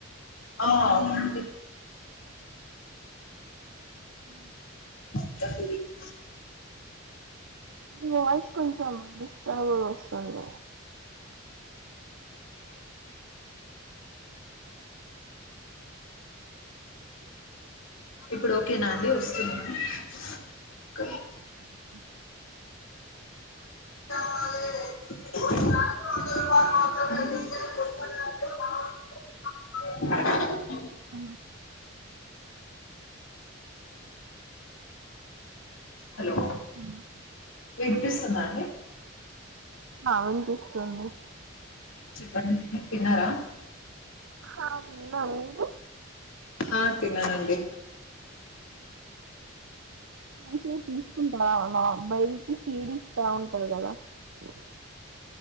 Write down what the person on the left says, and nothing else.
ఆ అవునండి
<unintelligible>
ఇప్పుడు ఓకే నా అండి వస్తుందా అండి
మ్యాంగో <unintelligible>
హలో
వినిపిస్తుందా అండి
చెప్పండి తిన్నారా
హా తీన్నానండి